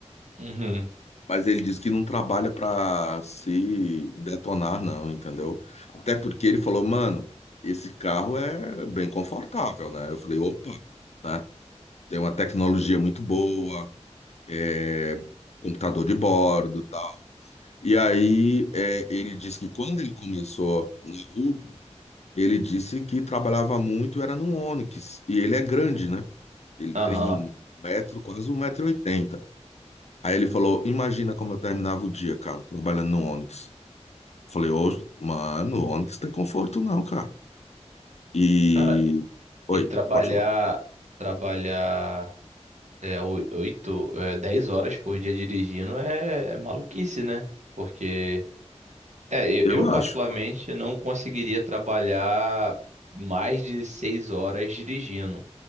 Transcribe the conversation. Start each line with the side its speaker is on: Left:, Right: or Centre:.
Right: uhum,
Left: Mas ele disse que não trabalha para se detonar, não, entendeu? Até porque ele falou, mano, esse carro é bem confortável, né? Eu falei, opa, né? Tem uma tecnologia muito boa, é, computador de bordo, E aí, é, ele disse que quando ele começou na Uber, ele disse que trabalhava muito, era no Onix. E ele é grande, né? Ele
Right: aham.
Left: tem um metro, quase um metro e oitenta. Aí ele falou, imagina como eu terminava o dia, cara, trabalhando no Onix. Falei, ô, mano, Onix tem conforto não, cara. E...
Right: Cara, e
Left: Oi,
Right: trabalhar,
Left: pode falar.
Right: trabalhar. É, oi- oito, é, dez horas por dia dirigindo é, é maluquice, né? Porque, é, eu,
Left: Eu
Right: eu
Left: acho.
Right: particularmente não conseguiria trabalhar mais de seis horas dirigindo.